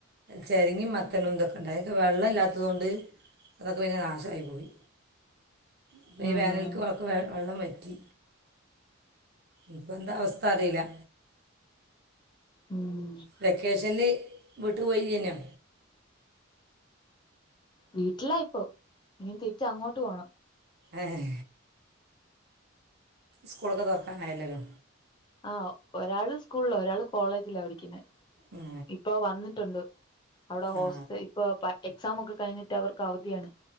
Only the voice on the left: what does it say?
ആഹ്
ഉം
വീട്ടിലായിപ്പം ഇനി തിരിച്ച് അങ്ങോട്ട് പോണം
ആഹ് ഒരാള് സ്കൂളില് ഒരാള് കോളേജിലാ പഠിക്ക്ന്നെ ‌
ഇപ്പ അത് വന്നിട്ടൊണ്ട് അവ്ടെ ഹോസ്റ്റ
ഇപ്പ പ എക്സാമൊക്കെ കഴിഞ്ഞിട്ട് അവർക്ക് അവധിയാണ്